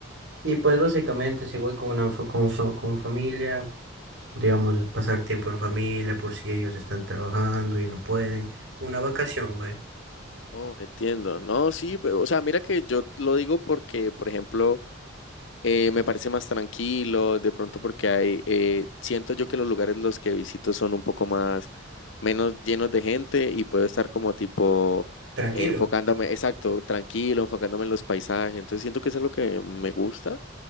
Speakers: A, on the right; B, on the left.
A: Y pues básicamente si voy con una fa- con, fa- con familia, digamos, pasar tiempo en familia por si ellos están trabajando y no pueden, una vacación, güey.
B: Oh, entiendo. No, sí, pe- o sea, mira que yo lo digo porque, por ejemplo, eh, me parece más tranquilo, de pronto porque hay, eh, siento yo que los lugares los que visito son un poco más, menos llenos de gente y puedo estar como tipo
A: Tranquilo.
B: eh, enfocándome, exacto, tranquilo, enfocándome en los paisajes, entonces siento que eso es lo que me gusta,